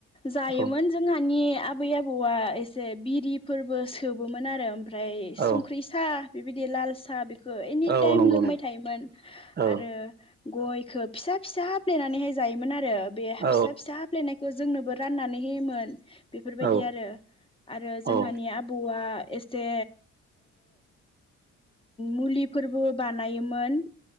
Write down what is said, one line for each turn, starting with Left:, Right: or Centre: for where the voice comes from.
Left: जायोमोन।
Right: औ
Left: जोंहानि आबै आबौआ एसे बिरि फोरबो सोबोमोन आरो ओमफ्राय
Right: औ
Left: संख्रि सा बिबायदि लाल सा बेखौ एनिटाइम
Right: औ नंगौ
Left: लोंबाय
Right: नंगौ
Left: थायोमोन
Right: औ
Left: आरो गयखौ फिसा फिसा हफ्लेनानैहाय जायोमोन आरो बे
Right: औ
Left: फिसा फिसा हाफ्लेनायखौ जोंनोबो राननानै होयोमोन बेफोरबायदि
Right: औ
Left: आरो। आरो
Right: औ
Left: जोंहानि आबौआ एस जे मुलिफोरबो बानायोमोन।